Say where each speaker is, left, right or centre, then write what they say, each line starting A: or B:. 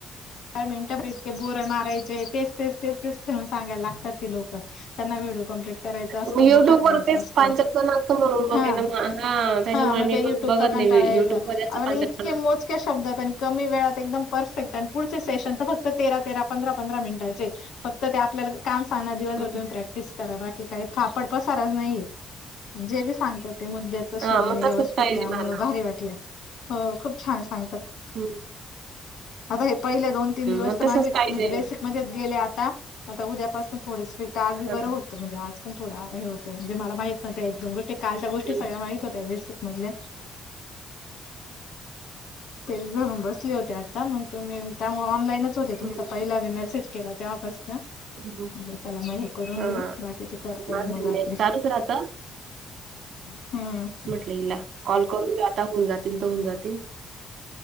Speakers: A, on the left; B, on the right.
A: च मिनटं प इतके बोर मारायचे तेच तेच तेच तेच फिरून सांग्याला लागतात ती लोक त्यांना व्हिडिओ कंप्लीट करायचा असतो
B: मी युट्यूब
A: मोठा करायचा
B: वर तेच
A: असतो
B: पांचट क्रमांक म्हणून बघेन
A: हा
B: मग हा त्याच्यामुळे
A: हा मग
B: मी
A: त्या यू
B: पण
A: ्यूट्यूब
B: बघत
A: चा कंटाळा
B: नाही
A: यायचा
B: युट्यूब वर जास्त पांचट
A: इतके
B: क्रमांक.
A: मोजक्या शब्दात आणि कमी वेळात एकदम परफेक्ट आणि पुढचे सेशन तर फक्त तेरा तेरा पंधरा पंधरा मिनिटाचे फक्त ते आपल्याला काम सांगणार दिवसभर
B: हं.
A: तुम्ही प्रॅक्टिस करा बाकी काही फापड पसारच नाही जे बी सांगतात ते मुद्द्याच
B: हां
A: सुोध आणि
B: मग
A: व्यवस्थित
B: तसंच पाहिजे
A: त्यामुळं
B: मला.
A: भारी वाटले हो खूप छान सांगतात
B: हम्
A: आता हे पहिले दोन तीन दिवस
B: मग
A: तर
B: तसंच
A: माझे
B: पाहिजे.
A: म्हणजे बेसिक मध्येच गेले आता आता उद्यापासून थोडं स्ट्रिक्ट आधी
B: हां.
A: बरं होत म्हणजेज आज पण थोडा हे होतं म्हणजे मला माहीत नव्हत्या एकदम गोष्टी कालच्या गोष्टी
B: हं.
A: सगळ्या माहित होत्या बेसिक मधले तेचधरून बसले होते आता मग तुम्ही त्यामुळे ऑनलाईनच होते तुमचा
B: हं.
A: पहिला बी मेसेज केला तेवा पासन
B: हं.
A: म्हणे चला मग हे करून
B: हां.
A: घेऊ बाकी ते करता
B: माझं
A: येईल मग रात्री.
B: नेट चालूच राहतं.
A: हम्म.
B: आप हिला कॉल करून आता होऊन जातील तर होऊन जातील.